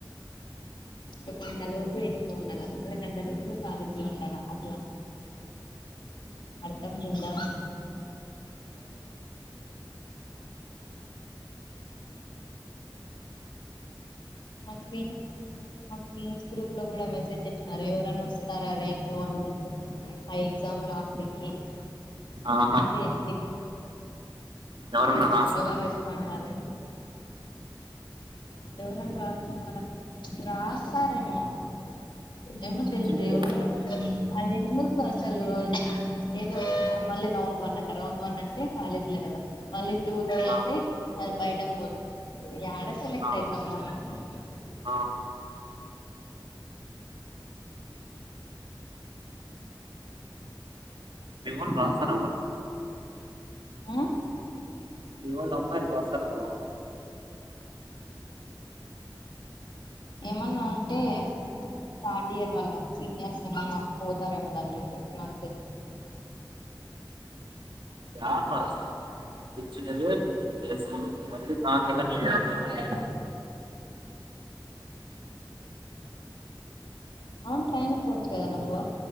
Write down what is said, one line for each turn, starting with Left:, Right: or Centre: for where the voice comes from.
Left: ఒక గంట లోపు ఇంట్లో ఉండాల మల్ల గంట లోపల కాలేజీ లో ఉండాల అట్లా అర్థమైందా మా ఫ్రెండ్స్ మా ఫ్రెండ్స్ గ్రూప్ లో కూడా మెసేజ్ చేసినారు ఎవరన్నా వస్తారా రేపు అన్నట్టు ఆ ఎగ్జామ్ రాసి పెట్టేకి
Right: ఆహా
Left: అదే అదే
Right: ఎవరన్నా రాస్తున్నారా
Left: ఎవరు రెస్పాండ్ కాలేదు ఎవరన్నా రాస్తున్నారా రాసారేమో ఏమో తేల్దు
Right: చిన్నది
Left: ఎవరో అది ఎందుకు అసలు ఏదో మళ్ళీ రౌండ్ వన్ అంటే రౌండ్ వన్ అంటే కాలేజ్ లెవెల్ మళ్ళీ టూ త్రీ అంటే
Right: ఆ
Left: అది బయటకు పోతుంది ఇగ యాడ సెలెక్ట్
Right: ఆ
Left: పెద్దమ్మ కు
Right: ఆ మేము ట్రాన్స్ఫరా వల్లే
Left: ఆ
Right: ఇవ్వాళ అమ్మాయిలు రాస్తారేమో
Left: ఏమన్నా ఉంటే థర్డ్ ఇయర్ వల్ల సీనియర్స్ ఏమన్నా పోతారేమో దానిట్లోకి నాకు తెలిసి
Right: యాడుండాలి సార్ ఇచ్చిందే ఫిఫ్టీన్ డేస్ మళ్ళ నాలుగు నెలలు ఈన్నే ఉండాలంటే
Left: అవును ట్రైన్ పోవచ్చు కదా నువ్వు